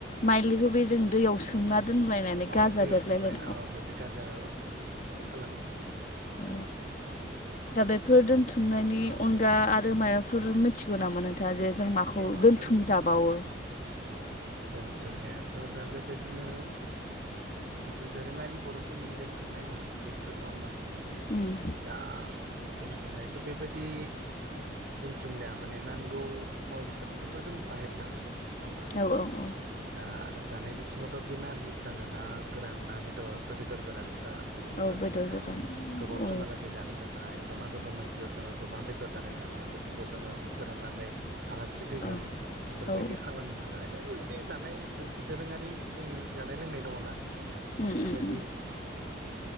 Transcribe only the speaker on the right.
अ
जैयाव
सोमलाय अ बेबे गाजा लामा
अ
अ
दोनथुमनाय
दोनथुमनायाथ' दा बेबायदिनो जिथु दोरोङारि बर'फोरनि दोनथुमनायमोन बेफोरो नङा होमबा
दा दोनथुमनायथ' बेबायदि दोनथुमलिया माने नांगौ मुवा बेसादफोरखौथ' जों बाहायबाय थाखायो नङा होमबा
दा जानाय बिथिङावबा बे नारजिफ्रानो ना गोरान ना बेदर बेदर गोरान फ्रा बेफोरखौ
दोनथनाय
थाङो
गोबाव
समहालागै जानो थाखाय बा मागो दमासियाव जोङो गोबां बेदर जानाय थाङो बेफोरखौ जोङो फोराननानै आलासि फैगोन
बेफोरबायदि
खालामनो थाखाय बायदि जानाय मोनसे दोरोङारि जोंनि जानाय लोंनाय दङना
बेबायदि